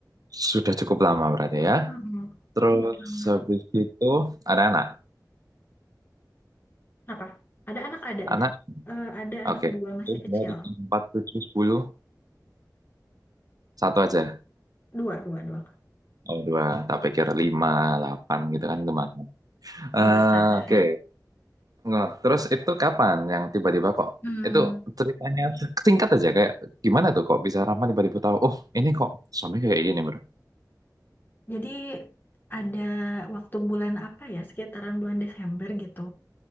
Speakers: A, on the right; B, on the left.
A: Sudah cukup lama berarti ya.
B: Mm-mm.
A: Terus
B: Cukup lama.
A: habis itu ada anak.
B: Apa? Ada anak, ada,
A: Anak
B: ada. Eh, ada anak
A: Oke.
B: dua masih kecil.
A: Dari 4, 7, 10. Satu aja.
B: Dua, dua, dua, Kak.
A: Oh, dua. Tak pikir 5, 8 gitu kan lumayan. Eh,
B: Enggak salah.
A: Oke. nggak. terus itu kapan yang tiba-tiba kok?
B: Hmm,
A: Itu ceritanya singkat aja. Kayak gimana tuh kok bisa Rama tiba-tiba tahu, oh ini kok suami kayak gini bro.
B: jadi ada waktu bulan apa ya, sekitaran bulan Desember gitu,